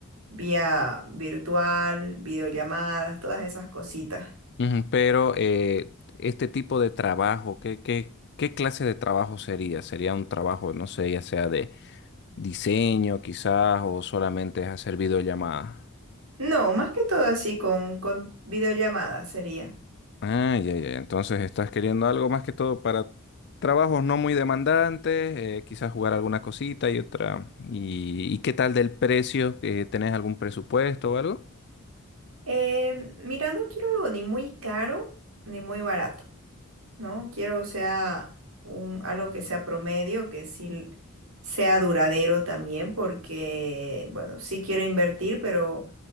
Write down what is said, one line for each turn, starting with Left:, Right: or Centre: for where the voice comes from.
Right: vía virtual, videollamadas, todas esas cositas.
Left: Ujú, Pero eh, este tipo de trabajo, ¿qué, qué, qué clase de trabajo sería? ¿Sería un trabajo, no sé, ya sea de diseño quizás o solamente es hacer videollamadas?
Right: No, más que todo así con, con videollamadas sería.
Left: Ah, ya, ya. Entonces estás queriendo algo más que todo para trabajos no muy demandantes, eh, quizás jugar alguna cosita y otra. ¿Y, y qué tal del precio? Eh, ¿tenés algún presupuesto o algo?
Right: Eh, mira, no quiero algo ni muy caro ni muy barato, ¿no? Quiero, o sea, un, algo que sea promedio, que sí sea duradero también, porque, bueno, sí quiero invertir, pero...